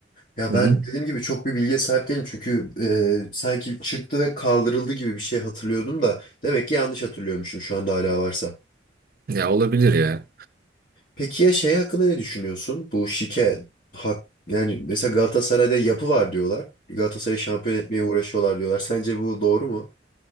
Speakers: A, on the left; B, on the right.
A: Ya
B: Hı
A: ben
B: hı.
A: dediğim gibi çok bir bilgiye sahip değilim çünkü e, sanki çıktı ve kaldırıldı gibi bir şey hatırlıyordum da demek ki yanlış hatırlıyormuşum şu anda hala varsa.
B: Ya olabilir ya.
A: Peki ya şey hakkında ne düşünüyorsun? Bu şike hak yani mesela Galatasaray'da yapı var diyorlar. Galatasaray'ı şampiyon etmeye uğraşıyorlar diyorlar. Sence bu doğru mu?